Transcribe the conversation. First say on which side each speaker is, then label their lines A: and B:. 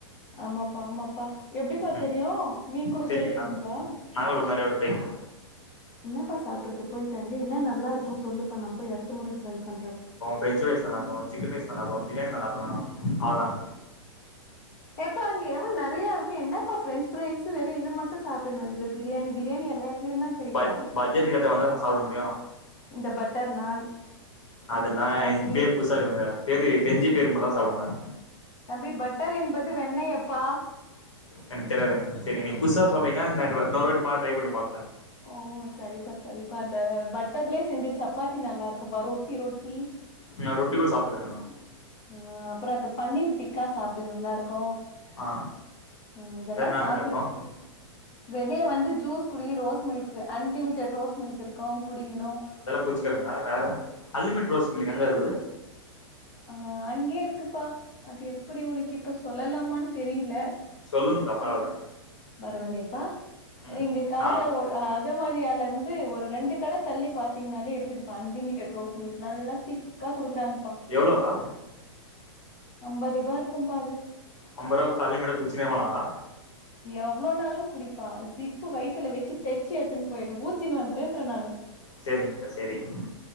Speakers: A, on the left (about 45°); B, on the left (about 80°).
A: ஆமாப்பா ஆமாப்பா எப்டிப்பா
B: ம்
A: தெரியு நீங்க கூட
B: தெரியுங்கண்ணா
A: போயிருக்கிறீங்களா
B: நாங்க கூட நெறைய வாட்டி போய்க்கிறோ
A: என்னப்பா சாப்ட்டுருக்கு போயிட்டு அங்க என்ன நல்லாருக்கு சொல்லுப்பா நா போய் அடுத்த முற ட்ரை பண்றே
B: பிரென்ச் ஃபரைஸ் நல்லாருக்கு சிக்கன் ரைஸ் நல்லாக்கு பிரியாணி நல்லாக்கு அவ்ளதாங்க
A: ஏப்பா அங்க எவ்ளோ நெறையா இருக்கு என்னப்பா ஃபிரெஞ்ச் ஃபிரரைஸ் வெறு இது மட்டு சாப்பிட்டு இருக்கிறே பிரியாணி பிரியாணி எல்லா எடத்துலயுந்தா கெடைக்கு
B: பட் பட்ஜெட்டுக்கு ஏத்த மாரிதான நா சாப்பிட முடியு
A: இந்த பட்டர் நான்
B: அதெல்லா
A: பன்னீர்
B: பேரு புதுசாக்குதுங்க பேரு தெரிஞ்ச பேரு மட்டுதா சாப்டுவே
A: தம்பி பட்டர் என்பது வெண்ணையப்பா
B: எனக்கு தெரியாதுங்க சேரிங்க நீங்க புதுசா சொல்றீங்க நா இன்னொரு வாட்டி போனா ட்ரை பண்ணி பாக்குறே
A: ஓ செரிப்பா செரிப்பா அந்த பட்டர்லே செஞ்ச சப்பாத்தி நல்லா இருக்கும்பா ரொட்டி ரொட்டி
B: நா ரொட்டி கூட சாப்பிட்டுக்கிறேனா
A: ம் அப்றோ அந்த பன்னீர் டிக்கா சாப்பிடு நல்லாருக்கு
B: ஆ
A: ம் இதெல்லா
B: வேற என்னங்க
A: சாப்பிட்டு
B: இருக்கு
A: வெளிய வந்து ஜூஸ் குடி rose milk unlimited rose milk இருக்கு குடிங்கணு
B: வச்சுக்கறேங்க வேற அன்லிமிட் ரோஸ் மில்க் எங்க இருக்குது
A: ஆ அங்கயே இருக்கு ப்பா அது எப்டி உனக்கு இப்ப சொல்லலாமான்னு தெரியல
B: சொல்லுங்க்கா பரவால்ல
A: பரவாலயாப்பா
B: ம்
A: இங்க காஜா
B: நா
A: ஓ ஆ அகமதியால இருந்து ஒரு ரெண்டு கட தள்ளி பாத்தீங்கனாலே இருக்குதுப்பா அன்லிமிடட் ரோஸ் மில்க் நல்லா திக்கா குடுக்குறாங்க
B: எவ்ளோகா
A: அம்பது ரூபா இருக்கும்பா அது
B: அம்பது ரூவா குடுத்தா அன்லிமிட்டா குடுச்சிட்டே இருக்கலாமப்பா
A: எவ்ளோனாலு குடிப்பா சிப்பு வயித்துல வச்சு தெச்சு எடுத்துன்னு போயிடு ஊத்தின்னு வந்துருன்றே நானு
B: சேரிங்கா சேரி சேரிங்கா